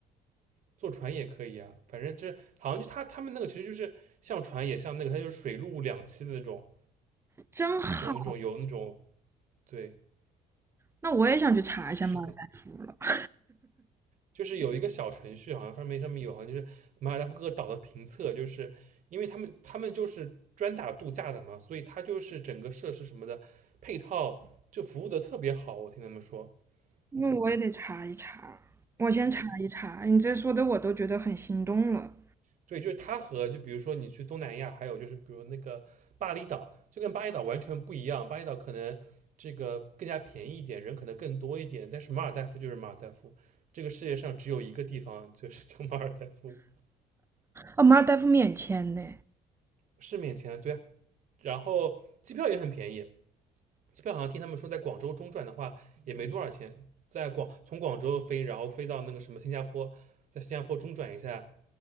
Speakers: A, on the right (about 50°); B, on the right (about 15°).
A: 坐船也可以啊，反正这好像就他他们那个其实就是像船也像那个，它就是水陆两栖的那种，
B: 真好，
A: 种那种有那种对，
B: 那我也想去查一下马尔代夫了。
A: 是的。
B: <laughs>
A: 就是有一个小程序，好像上面上面有，好像就是马尔代夫各个岛的评测，就是因为他们他们就是专打度假的嘛，所以它就是整个设施什么的配套就服务的特别好，我听他们说，
B: 那我也得查一查，
A: 嗯
B: 我先查一查。
A: 嗯，
B: 你这说的我都觉得很心动了。
A: 对，就是它和就比如说你去东南亚，还有就是比如那个巴厘岛，就跟巴厘岛完全不一样，巴厘岛可能这个更加便宜一点，人可能更多一点，但是马尔代夫就是马尔代夫，这个世界上只有一个地方就是叫马尔代夫。
B: 哦，马尔代夫免签呢？
A: 是免签，对啊，然后机票也很便宜，机票好像听他们说在广州中转的话也没多少钱，在广从广州飞，然后飞到那个什么新加坡，在新加坡中转一下，